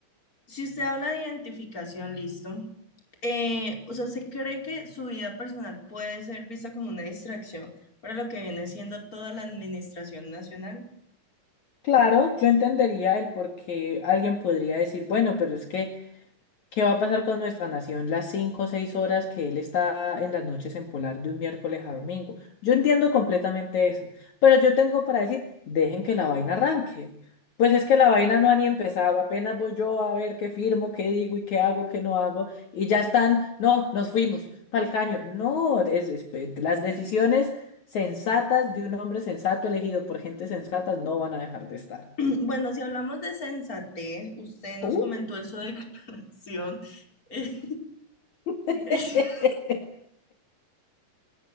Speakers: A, on the left (about 25°); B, on the left (about 60°).
A: si usted habla de identificación, listo. Eh, o sea, ¿usted cree que su vida personal puede ser vista como una distracción para lo que viene siendo toda la administración nacional?
B: Claro, yo entendería el por qué alguien podría decir, bueno, pero es que, ¿qué va a pasar con nuestra nación las cinco o seis horas que él está en las noches en Polar de un miércoles a domingo? Yo entiendo completamente eso, pero yo tengo para decir, dejen que la vaina arranque. Pues es que la vaina no ha ni empezado, apenas voy yo a ver qué firmo, qué digo y qué hago, qué no hago, y ya están, no, nos fuimos pa'l caño. No, es, es- eh, las decisiones sensatas de un hombre sensato elegido por gente sensata no van a dejar de estar.
A: <clears throat> Bueno, si hablamos de sensatez, usted nos
B: Uh.
A: comentó en su declaración. <laughs> eh,
B: <laughs>
A: <laughs>